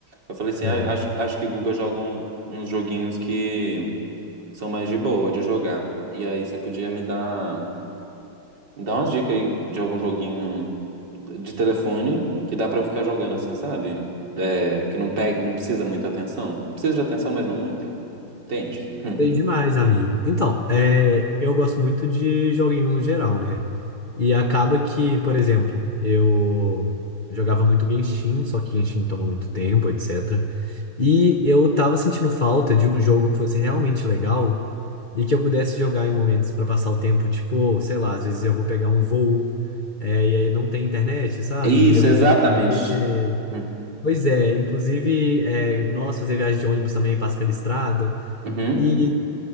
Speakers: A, on the right; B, on the left.
A: Eu falei assim,
B: sei.
A: ah, acho, acho que Guga joga um- uns joguinhos que são mais de boa de jogar. E aí você podia me dar Me dá umas dicas aí de algum joguinho de telefone que dá pra eu ficar jogando assim, sabe? É, que não pega, não precisa muita atenção. Precisa de atenção, mas não muita. Entende? Hum.
B: Sei demais, amigo. Então, é, eu gosto muito de joguinhos no geral, né? E acaba que, por exemplo, eu jogava muito Genshin, só que Genshin toma muito tempo, etc. E eu tava sentindo falta de um jogo que fosse realmente legal e que eu pudesse jogar em momentos pra passar o tempo, tipo, sei lá, às vezes eu vou pegar um voo, é, e aí não tem internet, sabe?
A: Isso,
B: E eu
A: exatamente.
B: não tenho o que fazer.
A: Hum.
B: Pois é, inclusive, é, nossa, fazer viagem de ônibus também passa pela estrada.
A: Uhum.
B: E,